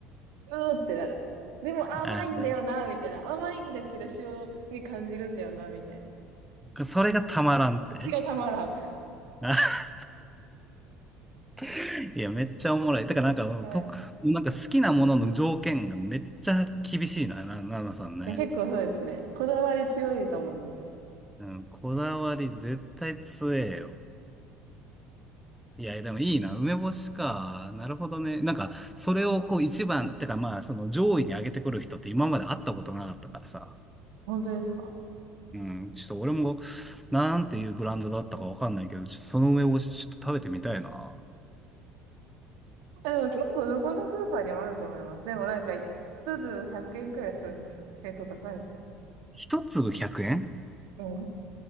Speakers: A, on the right; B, in the centre.
A: うーってなる。でも甘いんだよな、
B: あー
A: みたいな。甘いんだけど塩に感じるんだよな、みたいな。
B: それがたまらんって。
A: それがたまらん。
B: <laughs> あいや、めっちゃおもろい。だからなんか、うんと、
A: はい
B: なんか好きなものの条件がめっちゃ厳しいな、な、ななさんね。
A: 結構そうですね。こだわり強いと思います。
B: うん、こだわり絶対強えよ。いや、でもいいな。梅干しか。なるほどね。なんか、それをこう一番、てかまあ、その上位に上げてくる人って今まで会ったことなかったからさ。
A: 本当ですか
B: うん、ちょっと俺も、なんていうブランドだったかわかんないけど、ちょっとその梅干しちょっと食べてみたいな。
A: あでも結構どこのスーパーにもあると思います。でもなんか、一粒100円くえんくらいするんですよ。結構高いの。
B: 一粒100円
A: うん。